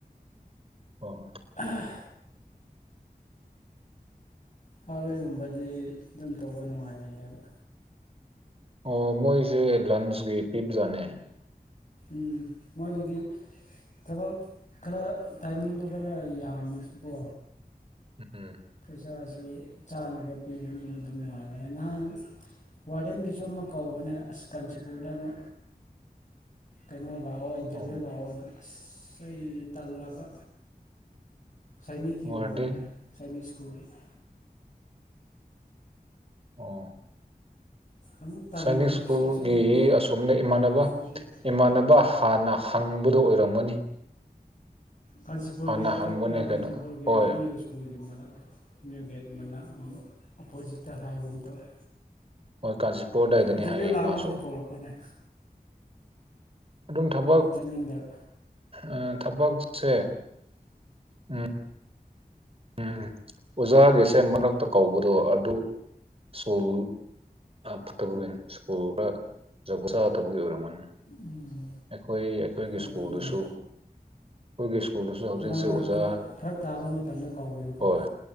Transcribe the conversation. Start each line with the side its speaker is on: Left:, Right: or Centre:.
Right: ꯑꯣ
Left: ꯑꯍ ꯍꯥꯔꯠꯋꯦꯒꯨꯝꯕꯗꯤ ꯑꯗꯨꯝ ꯇꯧꯕ ꯅꯨꯡꯉꯥꯏꯒꯅꯦꯕ
Right: ꯑꯣ ꯃꯣꯏꯁꯦ ꯂꯟꯁꯀꯤ ꯄꯤꯕꯖꯥꯠꯅꯦ
Left: ꯎꯝ ꯃꯣꯏꯒꯤꯗꯤ ꯊꯕꯛ ꯈꯔ ꯇꯥꯏꯃꯤꯡꯗꯣ ꯈꯔ ꯌꯥꯝꯃꯁꯨꯀꯣ
Right: ꯎꯝ
Left: ꯆꯥꯁꯨ ꯆꯥꯅꯕ ꯄꯤꯕꯅꯤꯅ ꯑꯗꯨꯝ ꯅꯨꯡꯉꯥꯏꯦ ꯅꯍꯥꯟ ꯋꯥꯔꯗꯦꯟꯒꯤꯁꯨ ꯑꯃ ꯀꯧꯕꯅꯦ ꯑꯁ ꯀꯥꯟꯆꯤꯄꯨꯔꯗ ꯑꯃ ꯀꯩꯅꯣ ꯂꯥꯛꯑꯣ ꯏꯟꯇꯔꯚꯤꯌꯨ
Right: ꯑꯣ
Left: ꯂꯥꯛꯑꯣꯅ ꯑꯁ ꯑꯩꯖꯨ ꯇꯜꯂꯕ ꯁꯥꯏꯅꯤꯛꯒꯤ
Right: ꯋꯥꯔꯗꯦꯟ
Left: ꯑꯣꯏꯕ ꯃꯥꯜꯂꯦ ꯁꯥꯏꯅꯤꯛ ꯁ꯭ꯀꯨꯜ ꯒꯤ
Right: ꯑꯣ
Left: ꯑꯃꯨꯛ ꯇꯟꯈ꯭ꯔꯦ
Right: ꯁꯥꯏꯅꯤꯛ ꯁ꯭ꯀꯨꯜꯒꯤ
Left: ꯑꯁꯨꯝꯕ
Right: ꯑꯁꯨꯝꯅ ꯏꯃꯥꯟꯅꯕ
Left: ꯇꯧꯒꯗꯕ
Right: ꯏꯃꯥꯟꯅꯕ ꯍꯥꯟꯅ ꯍꯪꯕꯗꯣ ꯑꯣꯏꯔꯝꯒꯅꯤ
Left: ꯀꯥꯟꯆꯤꯄꯨꯔꯒꯤ
Right: ꯍꯥꯟꯅ
Left: ꯑꯄꯨ
Right: ꯍꯪꯕꯅꯦ
Left: ꯀꯥꯟꯆꯤꯄꯨꯔꯒꯤ
Right: ꯀꯩꯅꯣ ꯍꯣꯏ
Left: ꯑꯦꯝ ꯌꯨ ꯁ꯭ꯀꯨꯜꯒꯤ ꯃꯅꯥ ꯑꯦꯝ ꯌꯨ ꯒꯦꯠ ꯃꯅꯥ ꯑꯣꯄꯣꯖꯤꯠꯇ ꯍꯥꯏꯕꯒꯨꯝ ꯇꯧꯋꯦ
Right: ꯍꯣꯏ ꯀꯥꯟꯆꯤꯄꯨꯔ ꯗꯥꯏꯗꯅꯤ
Left: ꯏꯟꯇꯔꯚꯤꯌꯨ
Right: ꯍꯥꯏꯌꯦ
Left: ꯂꯥꯛꯑꯣꯅ
Right: ꯃꯥꯁꯨ
Left: ꯀꯧꯔꯛꯄꯅꯦ
Right: ꯑꯗꯨꯝ ꯊꯕꯛ
Left: ꯑꯩ ꯆꯠꯅꯤꯡꯗꯕ
Right: ꯑ ꯊꯕꯛꯁꯦ ꯎꯝ ꯎꯝ ꯑꯣꯖꯥꯒꯤ ꯁꯦꯟ ꯃꯔꯛꯇ ꯀꯧꯕꯗꯣ ꯑꯗꯨ ꯁ꯭ꯀꯨꯟ ꯐꯠꯇꯕꯒꯤꯅꯤ ꯁ꯭ꯀꯨꯜꯒ ꯑꯣꯖꯥ ꯂꯩꯇꯕꯒꯤ ꯑꯣꯏꯔꯝꯃꯅꯤ
Left: ꯎꯝ
Right: ꯑꯩꯈꯣꯏ ꯑꯩꯈꯣꯏꯒꯤ
Left: ꯑꯗꯨꯅꯦ
Right: ꯁ꯭ꯀꯨꯜꯗꯨꯁꯨ ꯑꯩꯈꯣꯏꯒꯤ ꯁ꯭ꯀꯨꯜꯗꯁꯨ ꯍꯧꯖꯤꯛꯁꯦ
Left: ꯃꯔꯛ ꯃꯔꯛꯇ
Right: ꯑꯣꯖꯥ
Left: ꯐꯔꯛ ꯇꯥꯕ ꯃꯇꯝꯗ ꯀꯧꯕꯗꯨꯀꯣ
Right: ꯍꯣꯏ